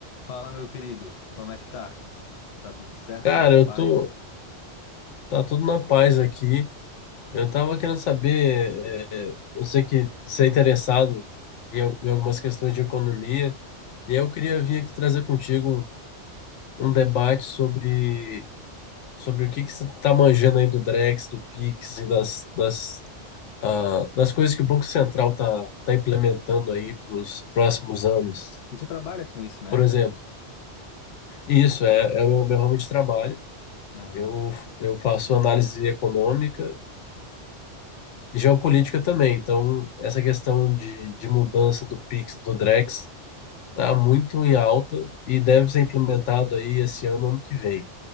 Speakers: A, on the left; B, on the left.
A: Fala, meu querido, como é que tá? Tá tudo certo?
B: Cara,
A: Só na paz?
B: eu tô. Tá tudo na paz aqui. Eu tava querendo saber. é, eu sei que você é interessado em, al- em algumas questões de economia, e aí eu queria vir aqui trazer contigo um, um debate sobre, sobre o que que você tá manjando aí do Drex, do Pix e das, das, ah, das coisas que o Banco Central tá, tá implementando aí para os
A: Sim.
B: próximos anos.
A: E tu trabalha com isso, né?
B: Por exemplo, isso é, é o meu, meu ramo de trabalho.
A: Aham.
B: Eu, eu faço análise econômica. geopolítica também. Então, essa questão de, de mudança do Pix, do Drex, está muito em alta e deve ser implementado aí esse ano, ano que vem.